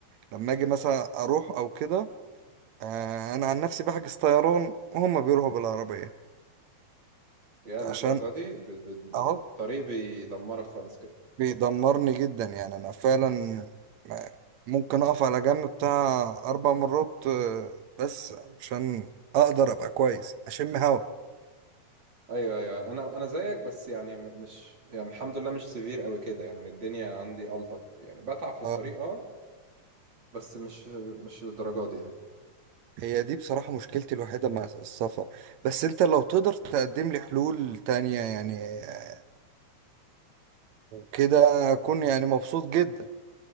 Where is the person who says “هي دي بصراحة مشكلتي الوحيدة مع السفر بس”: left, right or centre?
Right